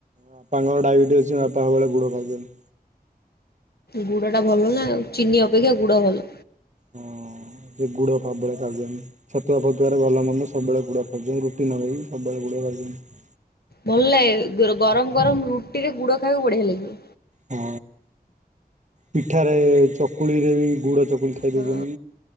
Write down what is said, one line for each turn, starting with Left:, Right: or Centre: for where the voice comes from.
Right: ବାପାଙ୍କର ଡାଇବେଟିସ୍ ଅଛି ବାପା ସବୁବେଳେ ଗୁଡ ଖାଉଛନ୍ତି।
Left: ଗୁଡ ଟା ଭଲ ନା ଆଉ ଚିନି ଅପେକ୍ଷା ଗୁଡ ଭଲ।
Right: ହଁ ଗୁଡ଼ ସବୁବେଳେ ଖାଉଛନ୍ତି। ଛତୁଆ ଫତୁଆରେ ଭଲ ମନ୍ଦ ସବୁବେଳେ ଗୁଡ଼ ଖାଉଛନ୍ତି ରୁଟି ନଗେଇକି ସବୁବେଳେ ଗୁଡ଼ ଖାଉଛନ୍ତି।
Left: ଭଲ ଲାଗେ ଗରମ ଗରମ ରୁଟିରେ ଗୁଡ ଖାଇବାକୁ ବଢିଆ ଲାଗିବ।
Right: ହଁ ପିଠାରେ ଚକୁଳିରେ ବି ଗୁଡ଼ ଚକୁଳି
Left: ହଁ।
Right: <unintelligible>